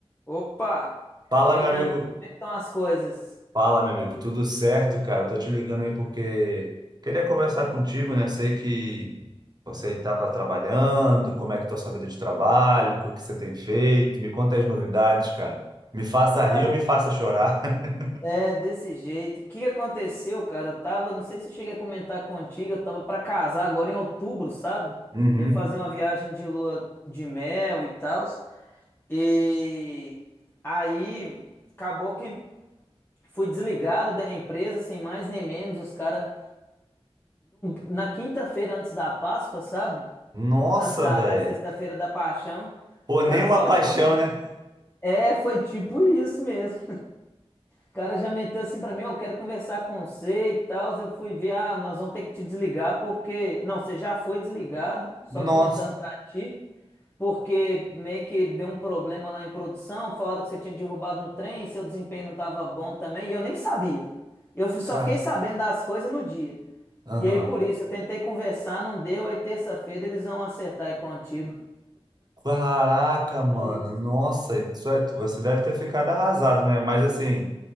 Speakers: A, on the left; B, on the right.
A: Opa!
B: Fala,
A: E aí,
B: meu
A: cara,
B: amigo.
A: como é que estão as coisas?
B: Fala, meu amigo. Tudo certo, cara? Tô te ligando aí porque queria conversar contigo, né? Sei que você estava trabalhando, como é que tá a sua vida de trabalho, o que você tem feito? Me conta as novidades, cara. Me faça
A: Cara,
B: rir ou me faça chorar. <laughs>
A: é desse jeito. O que que aconteceu, cara? Eu tava, não sei se eu cheguei a comentar contigo, eu tava pra casar agora em outubro, sabe?
B: Uhum.
A: Ia fazer uma viagem de lua de mel e tal. E aí acabou que fui desligado da empresa, sem mais nem menos. Os caras, na quinta-feira antes da Páscoa, sabe?
B: Nossa,
A: Antes da,
B: velho.
A: da sexta-feira da Paixão,
B: Pô,
A: o
B: nem
A: cara me
B: uma
A: falou: ó,
B: paixão,
A: já vou te dar.
B: né?
A: É, foi tipo isso mesmo. O cara já meteu assim pra mim, ó, eu quero conversar com você e tal. Eu fui ver, ah, nós vamos ter que te desligar porque. Não, você já foi desligado, só comentando
B: Nossa,
A: pra ti, porque meio que deu um problema lá em produção. Falaram que você tinha derrubado um trem, seu desempenho não tava bom também, e eu nem sabia. Eu fi- só
B: cara.
A: fiquei sabendo das coisas no dia.
B: Aham.
A: E aí por isso, eu tentei conversar, não deu. Aí terça-feira eles vão acertar aí contigo.
B: Caraca, mano.
A: Só isso.
B: Nossa, isso é- você deve ter ficado arrasado, né? Mas assim,